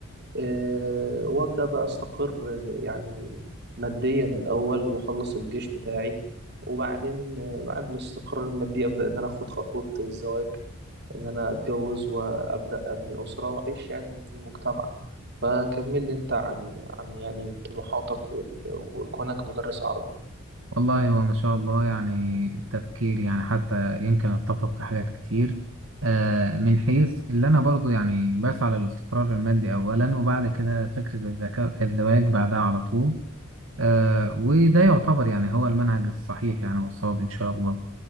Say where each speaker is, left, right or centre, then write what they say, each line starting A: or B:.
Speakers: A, on the right (about 55°); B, on the right (about 65°).
A: آه، وابدا بقى استقر آه، يعني ماديا الاول واخلص الجيش بتاعي وبعدين آه، بعد الاستقرار المادي ابدا ان انا اخد خطوه الزواج ان انا اتجوز وابدا ابني اسره واعيش يعني في المجتمع فكمل لي انت عن عن يعني طموحاتك وال- وكونك مدرس عربي
B: والله هو ما شاء الله يعني تفكير يعني حتى يمكن اتفق في حاجات كتير آه، من حيث اللي انا برضو يعني بسعى للاستقرار المادي اولا وبعد كده فكرة الذكاء الزواج بعدها على طول آه، وده يعتبر يعني هو المنهج الصحيح يعني والصواب ان شاء الله